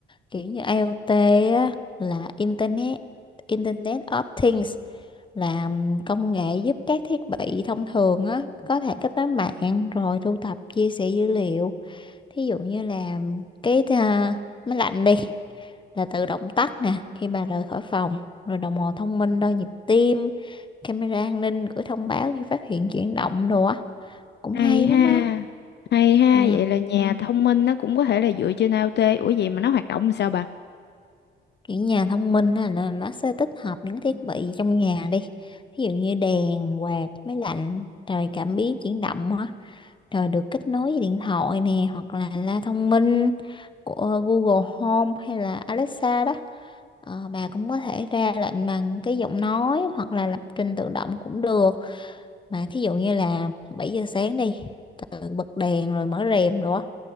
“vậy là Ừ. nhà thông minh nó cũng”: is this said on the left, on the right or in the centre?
Left